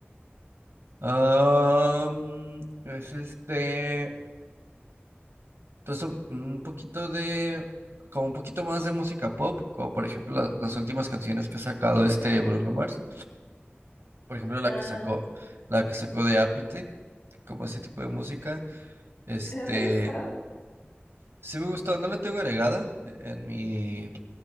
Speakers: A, on the right (about 75°); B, on the left (about 70°).
A: ah, mm, es este. Entonces, un poquito de, como un poquito más de música pop, como por ejemplo la- las últimas canciones que ha sacado este Bruno Mars, por ejemplo la
B: Ajá,
A: que sacó, la que sacó de Apathy, como ese tipo de música, este,
B: ¿esa te gustó?
A: sí me gustó, no la tengo agregada e- en mi,